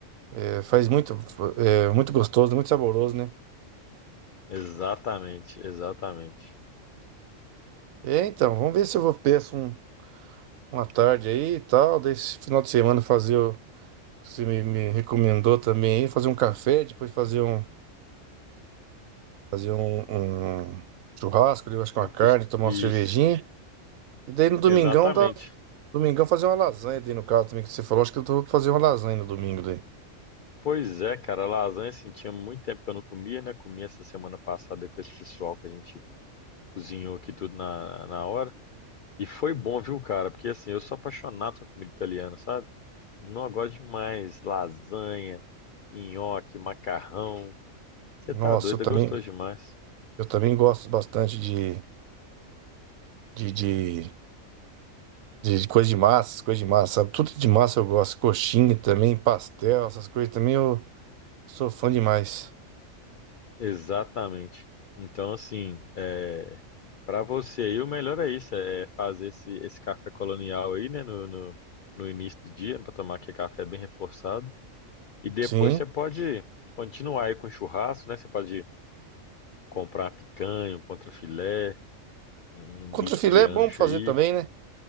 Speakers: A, on the right; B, on the left.
A: é, faz muito, é, muito gostoso, muito saboroso, né?
B: Exatamente, exatamente.
A: É, então, vamos ver se eu vou peço um, uma tarde aí e tal. Daí, esse final de semana, fazer o que você me, me recomendou também aí, fazer um café, depois fazer um, fazer um, um churrasco, eu acho que
B: Não
A: uma carne,
B: custa
A: tomar
B: isso.
A: uma cervejinha. E daí no domingão,
B: Exatamente.
A: dá, domingão fazer uma lasanha daí no caso também que você falou. Acho que eu vou fazer uma lasanha no domingo daí.
B: Pois é, cara, lasanha assim, tinha muito tempo que eu não comia, né? Comi essa semana passada com esse pessoal que a gente cozinhou aqui tudo na, na hora. E foi bom, viu, cara? Porque assim, eu sou apaixonado com comida italiana, sabe? Não, eu gosto demais. Lasanha, nhoque, macarrão. Você
A: Nossa,
B: tá doido,
A: eu também,
B: é gostoso demais.
A: eu também gosto bastante de, de, de De, de coisa de massa, essas coisas de massa, sabe? Tudo de massa eu gosto. Coxinha também, pastel, essas coisas também eu sou fã demais.
B: Exatamente. Então, assim, é... para você aí, o melhor é isso, é fazer esse, esse café colonial aí, né, no, no, no início do dia, para tomar aquele café bem reforçado. E depois
A: Sim.
B: você pode continuar aí com churrasco, né? Você pode comprar uma picanha, um contrafilé, um
A: Contrafilé
B: um bife de
A: é
B: ancho
A: bom pra fazer
B: aí.
A: também, né?